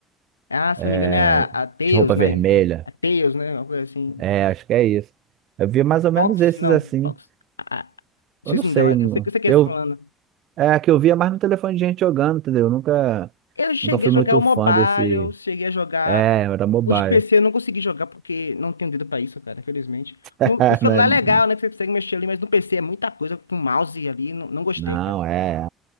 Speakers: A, on the left; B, on the right.
A: Ah, se não me engano,
B: é,
A: é a, a Tails,
B: De roupa
A: né?
B: vermelha.
A: A Tails, né? Uma coisa assim.
B: É, acho que é isso. Eu via mais ou menos
A: Fox,
B: esses
A: não,
B: assim.
A: Fox. A, a- esqueci
B: Eu não sei.
A: o nome dela.
B: não-
A: Eu sei, eu sei quem
B: Eu,
A: você tá falando.
B: é, a que eu via mais no telefone de gente jogando, entendeu? Eu nunca,
A: Eu cheguei
B: nunca fui
A: a jogar
B: muito
A: o mobile,
B: fã desse.
A: eu cheguei a jogar.
B: É, era mobile.
A: O de PC eu não consegui jogar porque não tenho dedo pra isso, cara, infelizmente.
B: <laughs>
A: No, no celular é legal, né? Que você consegue mexer ali, mas no PC é muita coisa com mouse ali. Não, não gostei,
B: Não,
A: cara.
B: é.